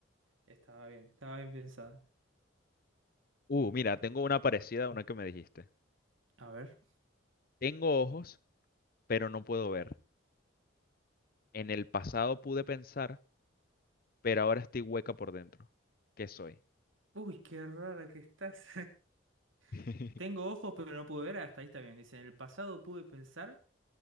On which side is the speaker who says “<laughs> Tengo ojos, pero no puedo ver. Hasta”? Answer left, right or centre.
Right